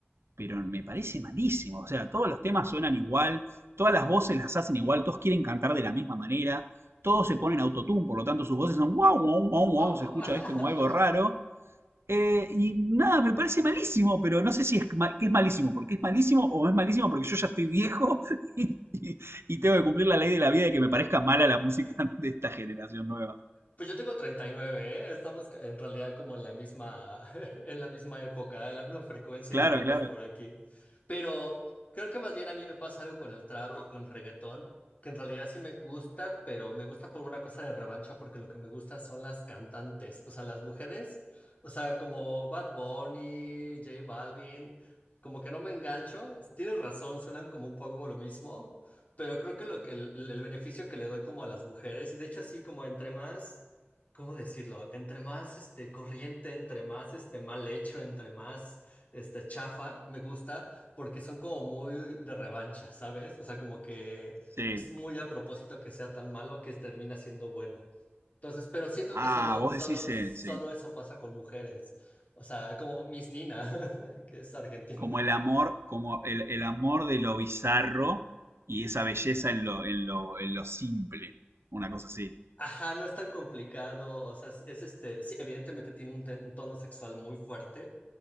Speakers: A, on the right; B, on the left.
A: pero me parece malísimo. O sea, todos los temas suenan igual, todas las voces las hacen igual, todos quieren cantar de la misma manera, todos se ponen autotune, por lo tanto sus voces son wow, wow, wow, wow,
B: Guau, guau.
A: se escucha
B: <laughs>
A: este como algo raro. Eh, y nada, me parece malísimo, pero no sé si es, ma- que es malísimo, porque es malísimo o es malísimo porque yo ya estoy viejo <laughs> y, y- y tengo que cumplir la ley de la vida de que me parezca mala la música <laughs> de esta generación nueva.
B: Pues yo tengo 39, ¿eh? Estamos ca- en realidad como en la misma, <laughs> en la misma época, en la misma frecuencia,
A: Claro,
B: diríamos,
A: claro.
B: por aquí. Pero creo que más bien a mí me pasa algo con el trap y con el reggaetón, que en realidad sí me gusta, pero me gusta por una cosa de revancha, porque lo que me gusta son las cantantes, o sea, las mujeres, o sea, como Bad Bunny, J Balvin, como que no me engancho. Tienes razón, suenan como un poco como lo mismo, pero creo que lo que el, el beneficio que le doy como a las mujeres, y de hecho así como entre más... ¿Cómo decirlo? Entre más este, corriente, entre más este, mal hecho, entre más este, chafa, me gusta, porque son como muy de revancha, ¿sabes? O sea, como que
A: Sí.
B: es muy a propósito que sea tan malo que termina siendo bueno. Entonces, pero siento
A: Ah,
B: que solo,
A: vos
B: solo,
A: decís, eh,
B: solo
A: sí.
B: eso pasa con mujeres. O sea, como Miss Nina, <laughs> que es argentina.
A: como el amor, como el, el amor de lo bizarro y esa belleza en lo, en lo, en lo simple. Una cosa así.
B: Ajá, no es tan complicado, o sea, sí, es este, sí, evidentemente tiene un, te- un tono sexual muy fuerte,